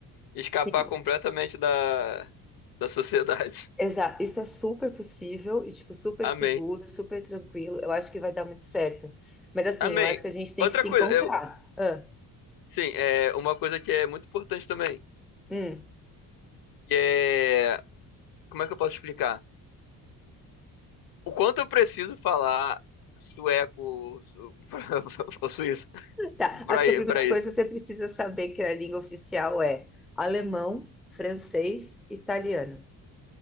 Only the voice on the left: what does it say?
Escapar
completamente da, da sociedade.
<laughs> Amém.
Amém.
Outra
coisa,
eu,
sim, é uma coisa que é muito importante também,
que é, como é que eu posso explicar? O quanto eu preciso falar sueco ou su- <laughs> ou suíço
pra,
i-
pra isso?